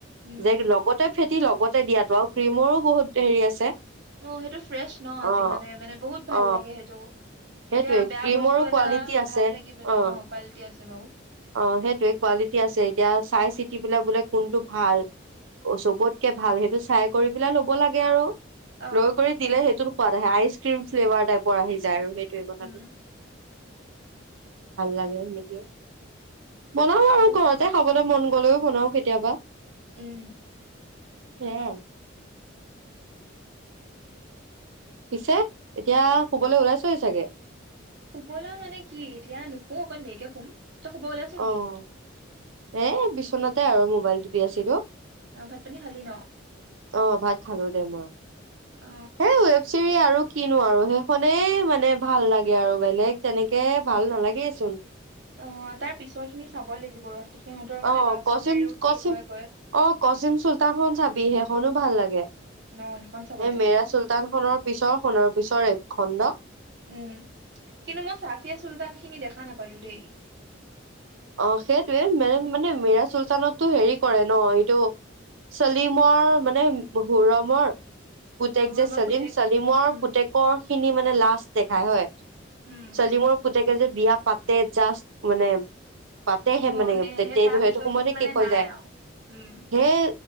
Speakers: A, on the right (about 55°); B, on the right (about 75°).
A: উম
B: যে লগতে ফেটি লগতে দিয়াটো আৰু ক্ৰীমৰো বহুত হেৰি আছে।
A: অ', সেইটো ফ্ৰেছ ন'
B: অ
A: যিমানে, মানে বহুত ভাল
B: অ
A: লাগে সেইটো।
B: সেইটোৱে
A: এতিয়া বেয়া
B: ক্ৰীমৰো
A: বস্তু এটা
B: কোৱালিটি আছে
A: ভাল লাগি মানে,
B: অ
A: অহ, কোৱালিটি আছে বাও।
B: অ', সেইটোৱে, কোৱালিটি আছে। এতিয়া চাই-চিতি পেলাই বোলে কোনটো ভাল। অহ, চবতকে ভাল। সেইটো চাই কৰি পেলাই ল'ব লাগে আৰু।
A: অ
B: ৰৌ কৰি দিলে সেইটোৰ পৰা আইচ ক্ৰীম ফ্লেভাৰ টাইপৰ আহি যায় আৰু। সেইটোৱে কথাটো।
A: উম
B: <unintelligible> ভাল লাগে সেনেকে। বনাও
A: হয়
B: আৰু
A: বাৰু
B: ঘৰতে খাবলৈ মন গ'লেও বনাও কেতিয়াবা।
A: উম।
B: সেয়াই। পিছে, এতিয়া শুবলৈ ওলাইছই চাগে?
A: শুবলৈ মানে কি? এতিয়া নোশু অকণ দেৰিকে শুম। তই শুব ওলাইছ নেকি
B: অ', এ বিচনাতে আৰু মোবাইল টিপি আছিলোঁ।
A: অ', ভাত-পানী খালি ন?
B: অ', ভাত খালো দে মই,
A: অ
B: হেই ৱেব চিৰি আৰু কিনো আৰু সেইখনেই মানে ভাল লাগে আৰু বেলেগ তেনেকে ভাল নালাগেইচোন।
A: অ', তাৰ পিছৰখিনি চাব লাগিব ৰহ, সিহঁতৰ মানে
B: অ',
A: ল'ৰা
B: কচিম
A: ছোৱালীও
B: কচিম
A: কি হয়গৈ।
B: অ', কচিম চুলতানখন চাবি সেইখনো ভাল লাগে।
A: ন সেইখন চাব
B: এই
A: লাগিব
B: মেৰা চুলতানখনত পিছৰখনৰ পিছৰ ৱেবখন ন'?
A: উম, কিন্তু মই ছাঠিয়া চুলতানখিনি দেখা নাপালোঁ দেই।
B: অ', সেইটোৱে মানে মিৰা চুলতানততো হেৰি কৰে ন' এইটো চেলিমৰ মানে হুৰমৰ পুতেক
A: হৰমা
B: যে চেলিম
A: পুতেক
B: চেলিমৰ
A: উম
B: পুতেক পৰখিনি মানে লাষ্ট দেখায় হয়,
A: উম
B: চলিমৰ পু পুতেকে যে বিয়া পাতে জাষ্ট মানে, পাতেহে
A: মই
B: মানে
A: সেই
B: তেতিয়া
A: সেই তাৰ
B: এইটো সেইটো
A: পিছৰ
B: সময়তে
A: খিনি মানে
B: শেষ হৈ
A: নাই
B: যায়।
A: আৰু উম
B: সেই